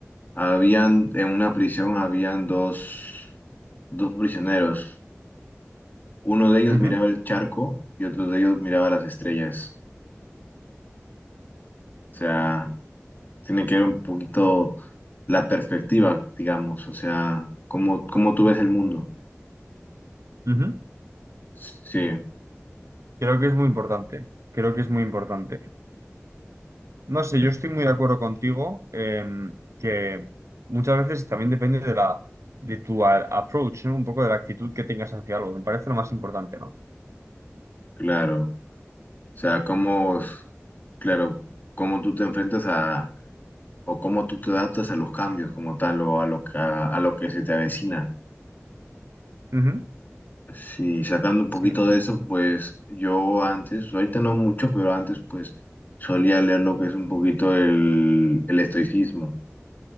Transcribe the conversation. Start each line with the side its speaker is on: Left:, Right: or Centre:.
Left: Habían, en una prisión habían dos, dos prisioneros. Uno de ellos
Right: Ujú,
Left: miraba el charco y otro de ellos miraba las estrellas. O sea, tiene que ver un poquito la perspectiva, digamos. O sea, cómo, cómo tú ves el mundo.
Right: ujú.
Left: Sí,
Right: Creo que es muy importante. Creo que es muy importante. No sé, yo estoy muy de acuerdo contigo em, que muchas veces también depende de la de tu a- approach, ¿no? Un poco de la actitud que tengas hacia algo. Me parece lo más importante, ¿no?
Left: claro. O sea, cómo, claro, cómo tú te enfrentas a, o cómo tú te adaptas a los cambios como tal, o a lo, que- a, a lo que se te avecina.
Right: Ujú,
Left: Sí, sacando un poquito
Right: Sí.
Left: de eso, pues yo antes, ahorita no mucho, pero antes pues solía leer lo que es un poquito el, el estoicismo